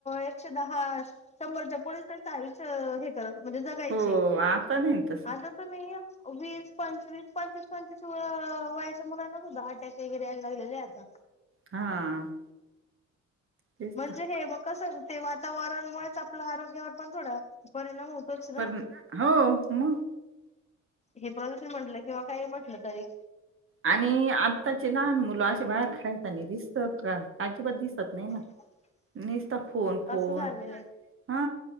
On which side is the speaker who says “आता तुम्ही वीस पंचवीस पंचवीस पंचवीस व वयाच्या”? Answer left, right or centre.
Left